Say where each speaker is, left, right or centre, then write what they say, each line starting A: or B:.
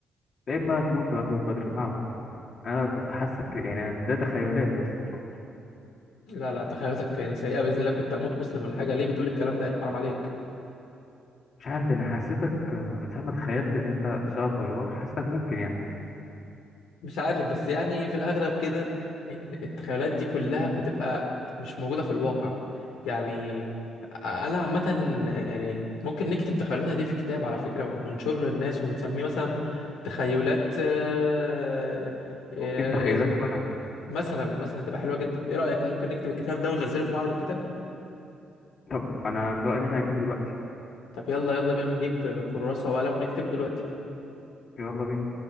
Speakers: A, on the left (about 50°); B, on the left (about 80°).
A: يا اما تموت في غزوه بدر مع الكفار انا كنت حاسك يعني ده تخيلاتي بس مش اكتر
B: لا لا تخيلاتك يعني سيئة بإذن الله كنت أموت مسلم ولا حاجة ليه بتقول الكلام ده يعني حرام عليك
A: مش عارف انا حسيتك آه، من ساعه ما تخيلت ان انت تشتغل طيار حسيتك ممكن يعني
B: مش عارف بس يعني في الأغلب كده إن التخيلات دي كلها بتبقى مش موجودة في الواقع يعني أنا عامة يعني ممكن نكتب تخيلاتنا دي في كتاب على فكرة وننشره للناس ونسميه مثلا تخيلات آه، آه،
A: ممكن تخيلاتي وانا
B: مثلا مثلا تبقى حلوة جدا إيه رأيك ممكن نكتب الكتاب ده وننزله في معرض الكتاب
A: طب انا من رأيي ان احنا نكتبه دلوقتي
B: طب يلا يلا بينا نجيب كراسة وقلم ونكتبه دلوقتي
A: يلا بينا